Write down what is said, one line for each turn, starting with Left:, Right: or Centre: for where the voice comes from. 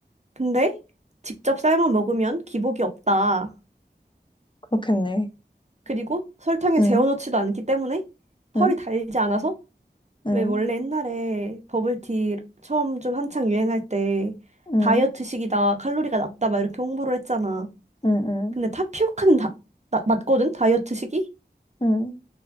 Right: 근데 직접 삶아 먹으면 기복이 없다.
Left: 그렇겠네.
Right: 그리고 설탕에
Left: 음,
Right: 재워놓지도 않기 때문에 펄이
Left: 음,
Right: 달지 않아서
Left: 음,
Right: 왜 원래 옛날에 버블티 처음 좀 한창 유행할 때
Left: 음,
Right: 다이어트식이다 칼로리가 낮다 막 이렇게 홍보를 했잖아.
Left: 음,
Right: 근데
Left: 음,
Right: 타피오카는 다, 나- 낮거든 다이어트식이.
Left: 음,